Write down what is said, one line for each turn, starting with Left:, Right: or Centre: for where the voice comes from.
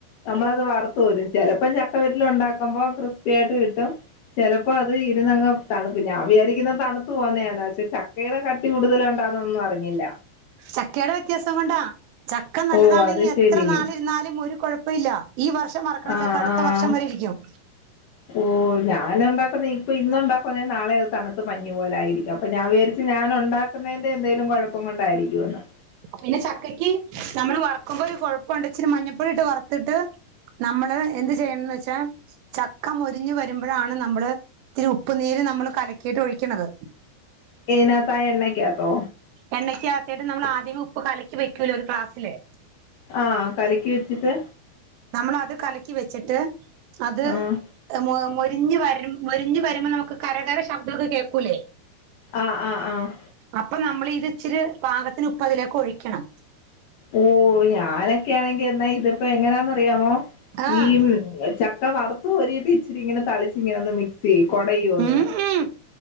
Left: നമ്മളത് വറുത്തു കോരും ചെലപ്പൊ ചക്ക വറ്റല് ഉണ്ടാക്കുമ്പൊ ക്രിസ്പ്പി യായിട്ട് കിട്ടും ചെലപ്പൊ അത് ഇരുന്നങ്ങ് തണുക്കും ഞാൻ വിചാരിക്കുന്ന തണുത്തു പോകുന്നതാണ് പക്ഷെ ച തീരെ കട്ടി കൂടുതല് ഉണ്ടാണൊന്നും അറിഞ്ഞില്ല
Right: ചക്കയുടെ വ്യത്യാസം കൊണ്ടാ ചക്ക നല്ലതാണെങ്കി
Left: ഓ അത്
Right: എത്ര
Left: ശരി
Right: നാളിരുന്നാലും ഒരു കുഴപ്പ ഇല്ല ഈ വർഷം വറക്കണച്ചക്ക
Left: ആഹ്
Right: അടുത്ത
Left: ആഹ്
Right: വർഷം വരെ ഇരിക്കും
Left: ഓ ഞാന് ഒണ്ടാക്കുന്ന ഇപ്പോൾ ഇന്നു ഉണ്ടാക്കുന്ന നാളെ അത് തണുത്ത് പഞ്ഞി പോലെയാ യിരിക്കും അപ്പ ഞാൻ വിചാരിച്ച് ഞാൻ ഒണ്ടാക്ക എണ്ണേൻ്റെ എന്തേലും കൊഴപ്പം കൊണ്ടായിരിക്കുമെന്ന്
Right: പിന്നെ ചക്കക്ക് നമ്മള് വറക്കുമ്പോ ഒരു കുഴപ്പംഉണ്ട് ഇച്ചിരി മഞ്ഞപ്പൊടി ഇട്ട് വറുത്തിട്ട് നമ്മൾ അഹ് എന്ത് ചെയ്യണംന്ന് വെച്ചാൽ ചക് ക മൊരിഞ്ഞു വരുമ്പോഴാണ് നമ്മള് ഇത്തിരി ഉപ്പ്നീര് നമ്മള് കലക്കിയിട്ട് ഒഴിക്ക്ണത്
Left: ഈൻ അതായ എണ്ണെ കാത്തോ
Right: എണ്ണയ്ക്ക ആകത്തിട്ട് നമ്മൾ ആദ്യമേ ഉപ്പ് കലക്കി വെക്കൂലോ ഒരു ക്ലാസ്സില്
Left: ആഹ് കലക്കി വെച്ചിട്ട്
Right: നമ്മൾ അത് കലക്കി വെച്ചിട്ട് അത്
Left: ആഹ്
Right: മൊ മൊരിഞ് വര് മൊരിഞഞ് വരുമ്പോ നമുക്ക് കരകര ശബ്ദക്കെ കേക്കൂലേ
Left: ആഹ് ആഹ് ആഹ്
Right: അപ്പൊ നമ്മളിത് ഇച്ചിരി പാകത്തിന് ഉപ്പ് അതിലേക് ഒഴിക്കണം
Left: ഓഹ് ഞാനൊക്കെയാണെങ്കി എന്നാ ഇതിപ്പോ എങ്ങനാന്ന് അറിയാമോ
Right: ആഹ്
Left: ഈ ചക് ക്ക വറുത്തു ഒരീട്ട് ഇച്ചിരി ഇങ്ങനെ തളിച്ച് ഇങ്ങനെ ഒന്ന് മിക്സെയ്യും കൊടയോം ഒന്ന്
Right: ഉം ഉം